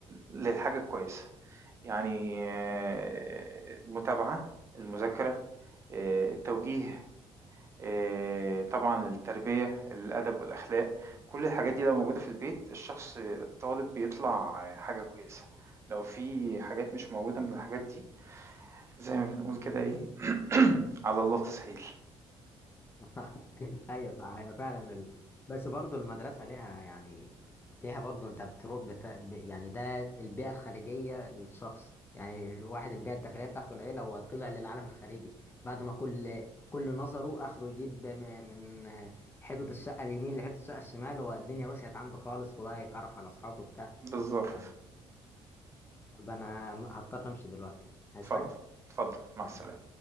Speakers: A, on the right (about 25°); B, on the left (about 20°).
A: للحاجة الكويسة، يعني آه، المتابعة، المذاكرة، آآ، التوجيه، آآ، طبعًا التربية، الأدب والأخلاق، كل الحاجات دي لو موجودة في البيت الشخص الطالب بيطلع حاجة كويسة، لو في حاجات مش موجودة من الحاجات دي زي ما بنقول كده إيه <clears throat> على الله تسهيل
B: <laughs> ايوه صح هي فعلا ال... بس برضو المدرسه ليها يعني ليها برضو انت بتروح بت... ب- يعني ده البيئه الخارجيه للشخص يعني الواحد البيئه الداخليه بتاعته العيله هو طلع للعالم الخارجي بعد ما كل كل نظره اخره يجيب م- من حيطه الشقه اليمين لحيطه الشقه الشمال هو الدنيا وسعت عنده خالص وبقى يتعرف على اصحابه بتاع
A: بالضبط.
B: ف... طب انا هضطر امشي دلوقتي عايز
A: اتفضل،
B: حاجه
A: اتفضل،
B: سلام.
A: مع السلامة.